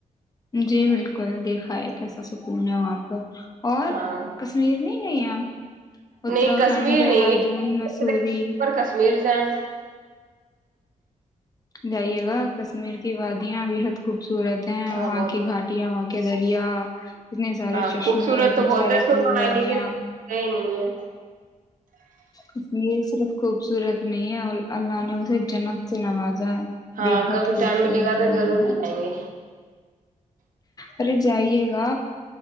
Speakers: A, on the left; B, on the right.
A: جی بالکل دیکھا ہے کیسا سکون ہے وہاں پہ اور
B: ہاں
A: کشمیر نہیں گئی ہیں آپ اتراکھنڈ
B: نہیں کشمیر
A: دہرادون
B: نہیں یہ
A: مسوری
B: سوچ رہے ہیں پر کشمیر جائیں
A: جائیے گا کشمیر کی وادیاں بےحد خوب صورت ہیں
B: ہاں
A: وہاں
B: بہت
A: کی گھاٹیاں وہاں کے دریا اتنے سارے
B: ہاں
A: چشمے
B: خوبصورت
A: اتنے
B: تو بہت
A: سارے
B: ہے سنا
A: پھول واریاں
B: ہے لیکن ہم گئے نہیں ہے
A: کشمیر صرف خوبصورت نہیں ہے اللہ نے اسے جنت سے نوازا ہے
B: ہاں
A: بےحد
B: کبھی
A: خوبصورت
B: ٹائم ملے گا تو
A: ہے
B: ضرور
A: بےحد
B: جائیں گے
A: ارے جائیے گا